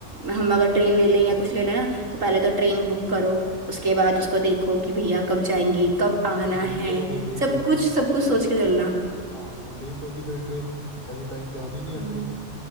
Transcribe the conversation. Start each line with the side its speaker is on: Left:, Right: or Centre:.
Right: हम अगर ट्रेन ले लें या कुछ ले लें ना तो पहले तो ट्रेन बुक करो उसके बाद उसको देखो कि भैया कब जाएंगी कब आना
Left: उसका वेट
Right: है
Left: करो वो लेट
Right: सब
Left: होगी
Right: कुछ सब कुछ सोच के चलना
Left: हाँ वो लेट होगी फिर ट्रेन कभी टाइम पे आनी नहीं है
Right: हम्म
Left: ट्रेन